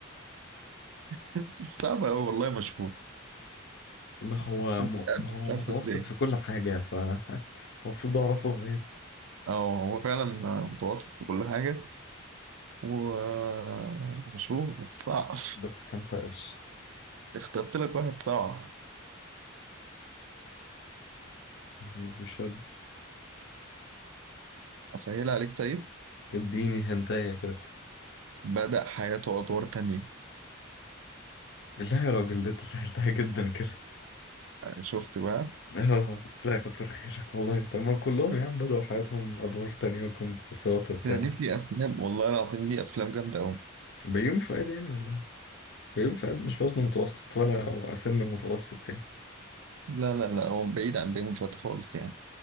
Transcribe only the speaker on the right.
<laughs> صعب أوي والله مشهور
بس أنت
مش عارف
مش عارف
ازاي
اه هو فعلا متوسط في كل حاجة ومشهور بس صعب <laughs>
اخترت لك واحد صعب
أسهل عليك طيب
بدأ حياته أدوار تانية
يعني شفت بقى
ده ليه في أفلام والله العظيم ليه أفلام جامدة أوي
لا لا لا هو بعيد عن بيومي فات خالص يعني